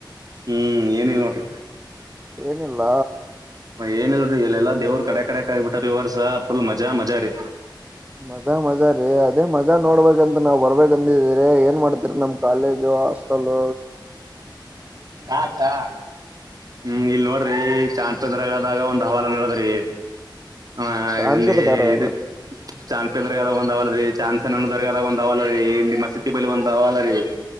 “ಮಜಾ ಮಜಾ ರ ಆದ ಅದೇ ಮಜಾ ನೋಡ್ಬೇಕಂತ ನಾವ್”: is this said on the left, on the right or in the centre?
Right